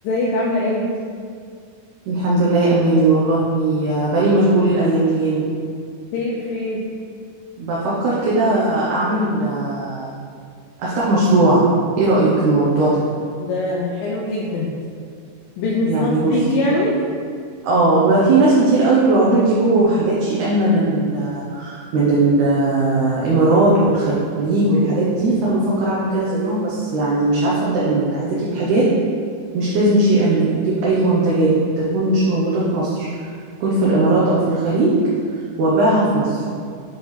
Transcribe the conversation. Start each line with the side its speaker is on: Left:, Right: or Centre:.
Left: ازيك عاملة ايه؟
Right: الحمد لله يا اماني والله بالي مشغول الايام دي جامد
Left: خير في ايه؟
Right: بفكر كده اعمل آه، افتح مشروع ايه رايك في الموضوع ده
Left: ده حلو جدا بيزنس
Right: يعني
Left: خاص
Right: بصي
Left: بيكي يعني
Right: اه بقى في ناس كتير قوي بيقعدوا يجيبوا حاجات شي ان من ال من الامارات والخليج والحاجات دي فانا بفكر اعمل كده زيهم بس يعني مش عارفه ابدا منين عايزه اجيب حاجات مش لازم شي ان اجيب اي منتجات تكون مش موجوده في مصر تكون في الامارات او في الخليج وابيعها في مصر